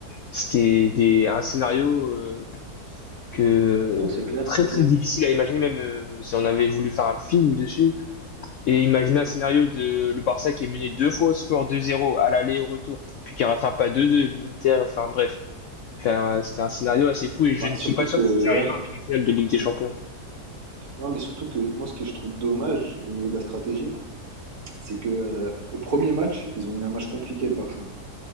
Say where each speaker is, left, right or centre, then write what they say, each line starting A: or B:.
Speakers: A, on the left; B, on the right.
A: C'était des, un scénario euh, que
B: Non, c'est clair,
A: très
B: c'est clair.
A: très difficile à imaginer, même euh, si on avait voulu faire un film dessus. Et imaginer un scénario de le Barça qui est mené deux fois au score 2-0 à l'aller et au retour, puis qui rattrape à 2-2, l'Inter, enfin bref. C'était un, c'était un scénario assez fou et je
B: Bah,
A: ne
B: surtout
A: suis pas
B: que,
A: sûr que c'est
B: ouais.
A: arrivé en demi-finale de Ligue des Champions.
B: Non, mais surtout que moi, ce que je trouve dommage au niveau de la stratégie, c'est que euh, au premier match, ils ont eu un match compliqué, le Barça.